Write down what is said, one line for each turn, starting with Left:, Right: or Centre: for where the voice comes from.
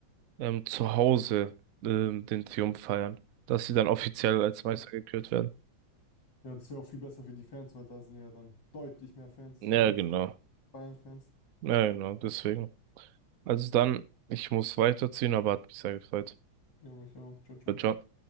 Right: ähm, zu Hause ähm, den Triumph feiern, dass sie dann offiziell als Meister
Left: Okay.
Right: gekürt werden.
Left: Ja, das wäre auch viel besser für die Fans, weil da sind ja dann deutlich mehr Fans,
Right: Ja,
Left: äh,
Right: genau.
Left: von Bayern-Fans.
Right: Ja, genau, deswegen. Also dann, ich muss weiterziehen, aber hat mich sehr gefreut.
Left: Ja, mich auch. Ciao, ciao.
Right: Ciao.